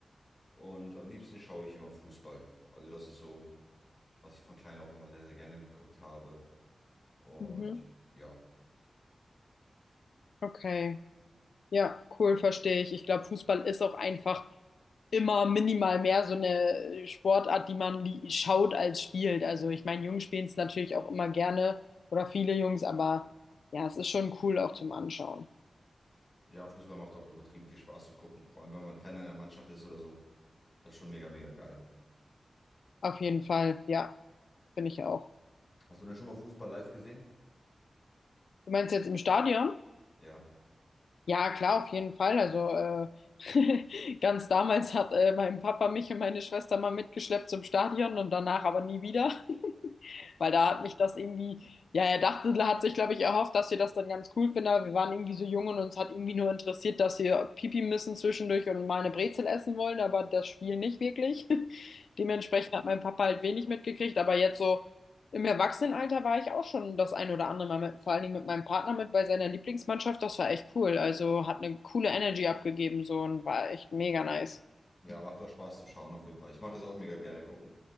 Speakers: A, on the left (about 30°); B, on the left (about 85°).
A: Und am liebsten schaue ich immer Fußball. Also das ist so, was ich von klein auf immer sehr, sehr gerne geguckt habe. Und
B: Mhm.
A: ja,
B: Okay. Ja, cool, verstehe ich. Ich glaube, Fußball ist auch einfach. immer minimal mehr so eine Sportart, die man li- schaut als spielt. Also ich meine, Jungs spielen es natürlich auch immer gerne oder viele Jungs, aber ja, es ist schon cool auch zum Anschauen.
A: ja, Fußball macht auch übertrieben viel Spaß zu gucken. Vor allem, wenn man Fan einer Mannschaft ist oder so. Das ist schon mega, mega geil.
B: Auf jeden Fall, ja, finde ich auch.
A: Hast du denn schon mal Fußball live gesehen?
B: Du meinst jetzt im Stadion?
A: Ja.
B: Ja, klar, auf jeden Fall. Also äh, <laughs> ganz damals hat äh, mein Papa mich und meine Schwester mal mitgeschleppt zum Stadion und danach aber nie wieder. Weil da hat mich das irgendwie, ja, er dachte, er hat sich, glaube ich, erhofft, dass wir das dann ganz cool finden. aber Wir waren irgendwie so jung und uns hat irgendwie nur interessiert, dass wir Pipi müssen zwischendurch und mal eine Brezel essen wollen, aber das Spiel nicht wirklich. <laughs> Dementsprechend hat mein Papa halt wenig mitgekriegt, aber jetzt so im Erwachsenenalter war ich auch schon das ein oder andere Mal mit, vor allen Dingen mit meinem Partner mit bei seiner Lieblingsmannschaft. Das war echt cool. Also hat eine coole Energy abgegeben so und war echt mega nice.
A: Ja, macht auch Spaß zu schauen auf jeden Fall. Ich mache das auch mega gerne gucken.